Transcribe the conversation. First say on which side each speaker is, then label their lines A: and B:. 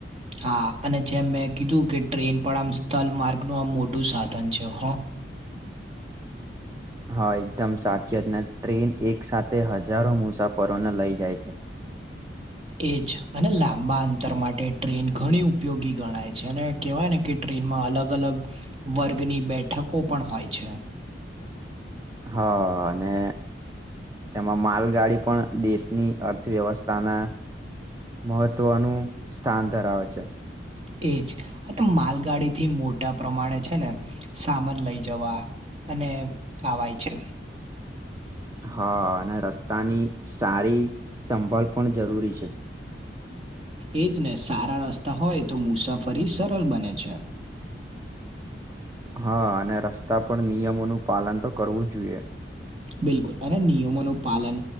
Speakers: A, on the right (about 35°); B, on the right (about 15°).
A: હા અને જેમ મેં કીધું કે ટ્રેન પણ આમ સ્થળ માર્ગ ન આમ મોટું સાધન છે. હ
B: હ એકદમ સાચી ને ટ્રેન એક સાથે હજારો મુસાફરોને લઇ જાય છે.
A: એ જ અને લાંબા અંતર માટે ટ્રેન ઘણી ઉપયોગી ગણાય છે, અને કેહેવાય ને કે ટ્રેનમાં અલગ અલગ વર્ગની બેઠકો પણ હોય છે.
B: હ ને તેમાં માલગાડી પણ દેશની અર્થવ્યવસ્થાના મહત્વનું સ્થાન ધરાવે છે.
A: એ જ અને માલગાડીથી મોટા પ્રમાણે છે, ને સામાન લઈ જવા અને આવાય છે.
B: હ અને રસ્તાની સારી સંભાળ પણ જરૂરી છે.
A: એ જ ને સારા રસ્તા હોય તો મુસાફરી સરળ બને છે.
B: હ અને રસ્તા પર નિયમોનું પાલન તો કરવું જ જોઈએ.
A: બિલકુલ અને નિયમોનું પાલન